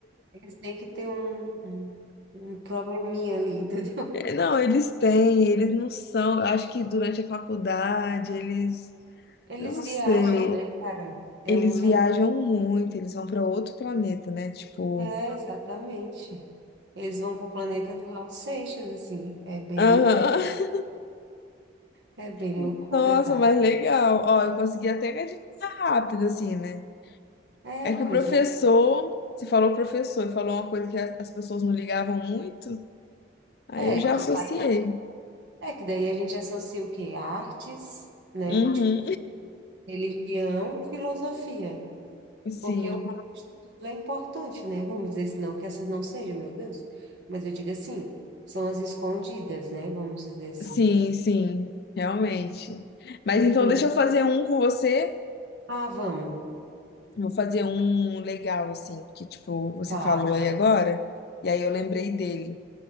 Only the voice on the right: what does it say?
Eles têm que ter um, um, um probleminha ali, <laughs> entendeu?
Eles
viajam,
né, cara? É
muita
viagem.
É, exatamente. Eles vão pro planeta do Raul Seixas, assim. É bem,
é bem
loucura,
tá?
É,
pois
é.
É
que,
é que daí a gente associa o quê? Artes, né?
Tipo, religião e filosofia.
Porque o resto tudo é importante, né? Vamos dizer, se não que essas não sejam, meu Deus. Mas eu digo assim, são as escondidas, né? Vamos dizer assim.
<laughs>
Uhum.
Ah, vamos.
Tá,